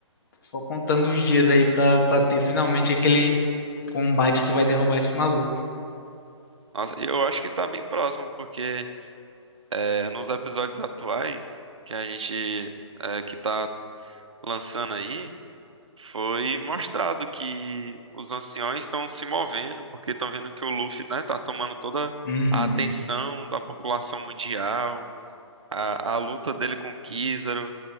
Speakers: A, on the left (about 40°); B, on the right (about 70°).
A: Só contando os dias aí pra, pra ter finalmente aquele combate que vai derrubar esse maluco.
B: Nossa, eu acho que tá bem próximo, porque. É, nos episódios atuais que a gente é, que tá lançando aí, foi mostrado que os anciões estão se movendo, porque estão vendo que o Luffy, né, tá tomando toda
A: Uhum.
B: a atenção da população mundial, a, a luta dele com o Kizaru,